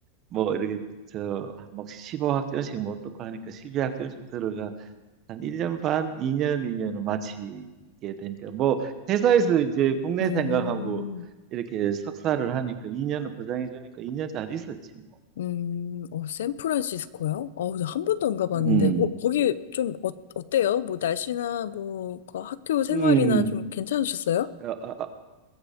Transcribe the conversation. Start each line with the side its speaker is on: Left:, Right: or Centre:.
Right: 뭐 이렇게 저막 15학점씩 못 듣고 하니까 12학점씩 들어가고 한 1년 반, 2년이면 마치게 되니까 뭐 회사에서 이제 국내
Left: 음,
Right: 생각하고 이렇게 석사를 하니까 2년을 보장해 주니까 2년 잘 있었지 뭐.
Left: 음, 어, 샌프란시스코요? 어, 나한 번도 안 가봤는데,
Right: 음.
Left: 거, 거기 좀 어, 어때요? 뭐 날씨나 뭐 그 학교 생활이나
Right: 음.
Left: 좀 괜찮으셨어요?
Right: 아, 아, 아,